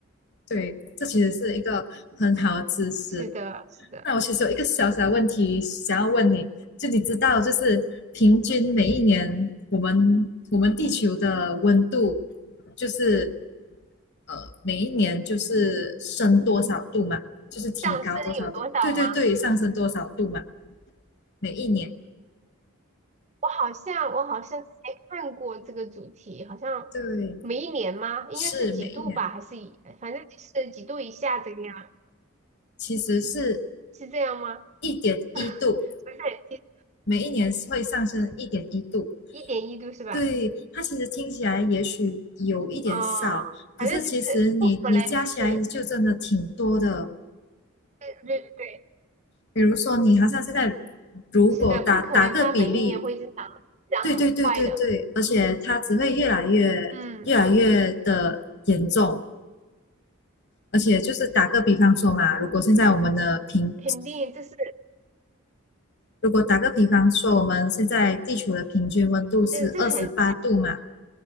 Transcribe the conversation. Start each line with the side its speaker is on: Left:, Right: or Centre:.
Left: 对，这其实是一个很好的知识。
Right: 是的，是的。
Left: 那我其实有一个小小的问题想要问你，就你知道，就是平均每一年我们我们地球的温度就是呃每一年就是升多少度嘛，就是提高多少度，
Right: 上升有多少吗？
Left: 对对对，上升多少度嘛，每一年，
Right: 我好像我好像之前看过这个主题，好像每一年吗？
Left: 对，
Right: 应该是几度吧，
Left: 是每一年，
Right: 还是以反正就是几度以下这个样，
Left: 其实是
Right: 是这样吗？
Left: 一点一度，
Right: <laughs> 不是很记，
Left: 每一年会上升一点一度。
Right: 一点一度是吧？
Left: 对，它其实听起来也许有一点少，
Right: 啊，
Left: 可是其实你你加起来就真的挺多的。
Right: 反正就是不可能，就是对对对对，
Left: 比如说你好像现在如果打打个比例，
Right: 是的，不可能，它每一年会增长，增长很快的。
Left: 对对对对对，而且它只会越来越越来越的严重，
Right: 嗯，
Left: 而且就是打个比方说嘛，如果现在我们的平，
Right: 肯定，这是
Left: 如果打个比方说，我们现在地球的平均温度是二十八度嘛，
Right: 这这很